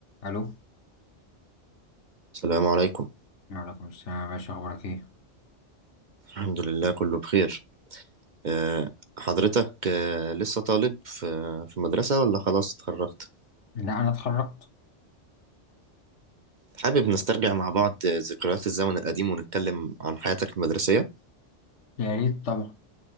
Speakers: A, on the left (about 75°); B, on the right (about 50°).
A: الو
B: السلام عليكم
A: وعليكم السلام يا باشا اخبارك ايه
B: الحمد لله كله بخير أه، حضرتك أه، لسه طالب في في مدرسة ولا خلاص اتخرجت؟
A: لا انا اتخرجت
B: حابب نسترجع مع بعض ذكريات الزمن القديم ونتكلم عن حياتك المدرسية
A: يا ريت طبعا